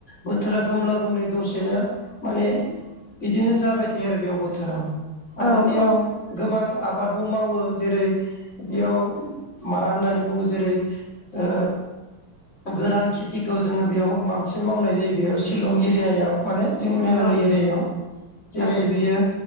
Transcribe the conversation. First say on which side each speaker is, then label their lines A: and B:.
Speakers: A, on the left (about 30°); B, on the left (about 65°).
A: बोथोरा गोमला-गोमलि दसेनो माने बिदिनो जाबाय थायो आरो बेयाव बोथोरा
B: औ
A: आरो बेयाव
B: औ
A: गोबां आबादबो मावो जेरै बेयाव मा होननानै बुङो जेरै ओ गोरान खेथिखौ जोंङो बेयाव बांसिन मावनाय जायो बेयाव शिलं एरियायाव माने जोंनि मेघालय
B: औ
A: एरियायाव जेरै
B: औ
A: बियो